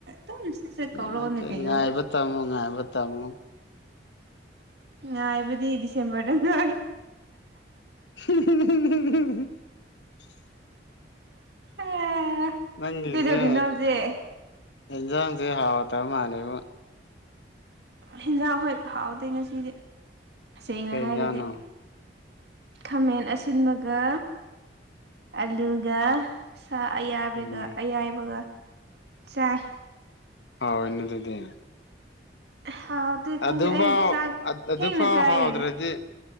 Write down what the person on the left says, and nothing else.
ꯅꯠꯇꯦ
ꯉꯥꯏꯕ ꯇꯥꯃꯨ ꯉꯥꯏ ꯇꯥꯃꯨ
<unintelligible>
ꯅꯥꯪꯒꯤꯁꯦ
ꯑꯦꯟꯁꯪꯁꯦ ꯍꯥꯑꯣꯇꯥꯕꯥ ꯃꯜꯂꯦꯕꯣ
ꯀꯩ
ꯏꯟꯖꯥꯡꯅꯣ
ꯎꯝ
ꯍꯥꯎꯗꯤꯗꯦ
ꯑꯗꯨ ꯑꯗꯨ ꯐꯥꯎ
ꯑꯗꯨ
ꯑꯗꯨ ꯐꯥꯎ
ꯍꯥꯎꯗ꯭ꯔꯗꯤ